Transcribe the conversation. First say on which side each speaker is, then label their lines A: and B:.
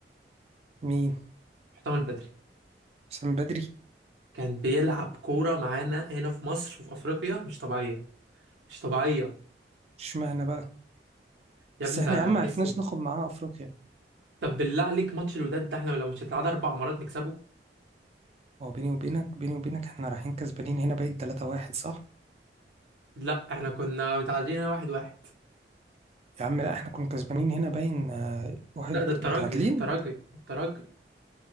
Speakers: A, on the right; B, on the right.
A: مين
B: محتمل بدري
A: حسام بدري
B: كان بيلعب كورة معانا هنا في مصر وفي أفريقيا مش طبيعية مش طبيعية
A: اشمعنى بقى
B: يا
A: بس
B: ابني
A: احنا
B: ده
A: يا عم
B: كسب
A: معرفناش ناخد معاها افريقيا
B: طب بالله عليك ماتش الوداد ده احنا لو مش هنتعادل أربع مرات نكسبه
A: هو بيني وبينك بيني وبينك احنا رايحين كسبانين هنا باين 3-1 صح
B: لا احنا كنا متعادلين هنا واحد واحد
A: يا عم لا احنا كنا كسبانين هنا باين آه، واحد
B: لا ده الترجي
A: متعادلين
B: ده الترجي ده الترجي